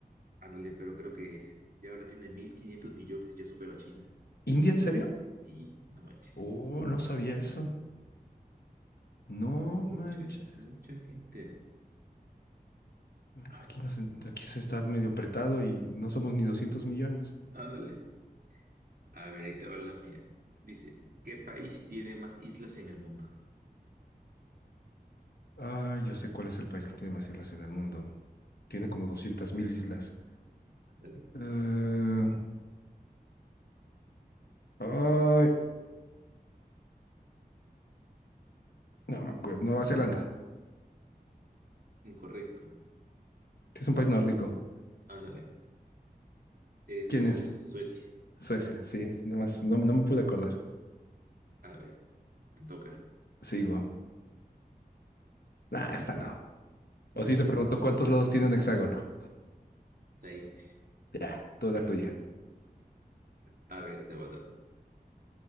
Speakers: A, on the right (about 65°); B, on the left (about 80°).
A: Ándale, pero creo que ya ahora tiene 1.500 millones, ya superó a China.
B: ¿India en serio?
A: Sí, no manches.
B: Oh, no sabía eso. No
A: Mucha,
B: manches.
A: mucha gente.
B: Ay, pues
A: A
B: Aquí,
A: ver,
B: nos, en- aquí se está medio apretado y no somos ni doscientos millones.
A: ándale. A ver, ahí te va la mía. Dice, ¿qué país tiene más islas en el mundo?
B: Ah, yo sé cuál es el país que tiene más islas en el mundo. Tiene como 200 mil islas.
A: Ándale.
B: Eh, ay, no me acuerdo. Nueva Zelanda.
A: Incorrecto.
B: Sí, es un país nórdico.
A: Ándale, es
B: ¿Quién
A: Sue-
B: es?
A: Suecia.
B: Suecia. Sí, nada más. No, no me pude acordar.
A: A ver, te toca.
B: Sigo. Nah, esta no.
A: <laughs>
B: O si te pregunto cuántos lados tiene un hexágono.
A: Seis.
B: Ya, toda
A: <laughs>
B: tuya.
A: A ver, te va otra.